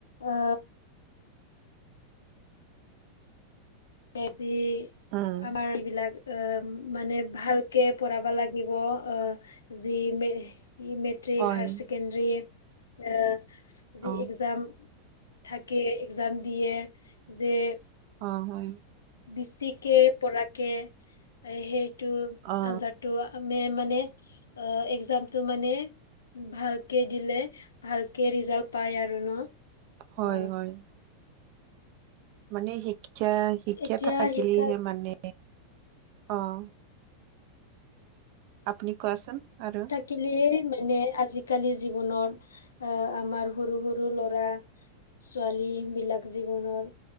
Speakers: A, on the left; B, on the right.
A: আ য়া যি
B: উম
A: আমাৰ এইবিলাক আঁ মানে ভালকে পঢ়াব লাগিব আ যি মে যি মেট্ মেট্ৰিক,
B: হয়
A: হাই ছেকেণ্ডাৰী আ যি
B: অ
A: এক্সাম থাকে, এক্সাম দিয়ে যে
B: অঁ, হয়।
A: বেছিকে পৰাকে এ সেইটো
B: অ
A: অঞ্চাত টো আমি মানে আ এক্সামটো মানে ভালকে দিলে, ভালকে ৰিজাল্ট পাই আৰু ন'?
B: হয়,
A: অ
B: হয়। মানে শিক্ষা, শিক্ষা
A: এতিয়া
B: থাকিলেহে
A: শিক্ষা
B: মানে অঁ। আপুনি কোৱাচোন আৰু
A: কেলে মানে আজিকালি জীৱনৰ আ আমাৰ সৰু সৰু ল'ৰা ছোৱালী বিলাক জীৱনৰ